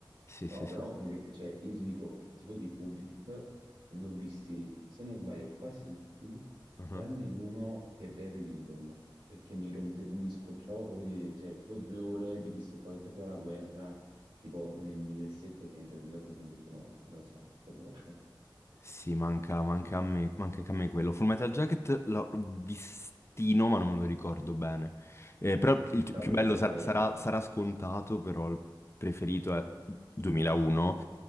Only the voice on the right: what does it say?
No,
però,
eh, cioè, io ti dico, tipo di Kubrick, li ho visti, se non sbaglio, quasi tutti,
tranne uno che è Barry Lyndon, perché mi rompe, mi scocciavo proprio di vedere, cioè, tipo due ore di questo qua che faceva la guerra, tipo nel 1700, nel 1800, ho detto, no, non me lo so, sto proprio,
la
Ho vedetelo
capito.
bene.